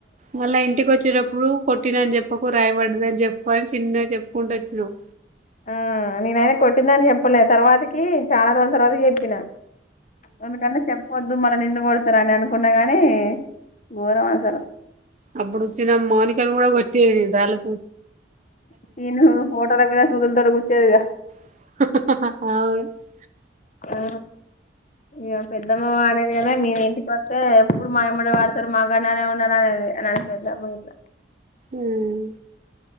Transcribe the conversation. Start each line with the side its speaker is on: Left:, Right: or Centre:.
Right: మళ్ళ ఇంటికి వచ్చేటప్పుడు కొట్టిన అని చెప్ ఓ రాయి పడ్డదని చెప్పు అని చిన్నగా చెప్పుకుంటూ వచ్చినవ్
Left: ఆ నేనైనా కొట్టిందని చెప్పలే తర్వాతకి చాలా రోజుల తర్వాత చెప్పిన తమకాన్ని చెప్పొద్దు మన <unintelligible> రని అనుకున్నా గాని ఘోరం అసలు
Right: అప్పుడు వచ్చిన మోనికను కూడా కొట్ కేజ్ బాళ్లు
Left: చీను ఫోటో ర మీద సూలు తొడుగు <unintelligible> చేదగ
Right: అవును
Left: ఆ ఇగ పెద్దమ్మ వాళ్లది కదా మీరూ ఇంటికొత్తే ఎప్పుడు మాయమ్మడ వాడతారు మాగడ్నే అయిన ఉందండి అని అనేది పెద్దమ్మ అయితే
Right: ఉమ్